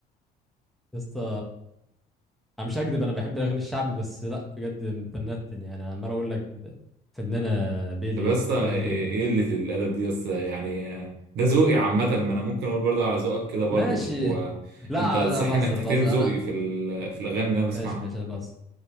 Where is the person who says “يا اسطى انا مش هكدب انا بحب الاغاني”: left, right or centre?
Centre